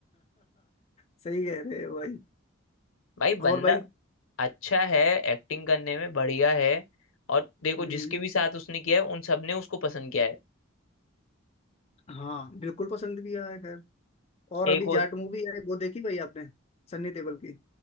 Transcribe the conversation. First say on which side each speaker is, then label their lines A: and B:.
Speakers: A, on the left (about 30°); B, on the left (about 75°).
A: सही कह रहे हैं भाई
B: भाई
A: और
B: बंदा
A: भाई
B: अच्छा है एक्टिंग करने में बढ़िया है और देखो
A: हम्म
B: जिसके भी साथ उसने किया है उन सब ने उसको पसंद किया है
A: हाँ बिल्कुल पसंद किया है खैर और
B: एक
A: अभी
B: और
A: जाट मूवी है वो देखी भाई आपने सन्नी देओल की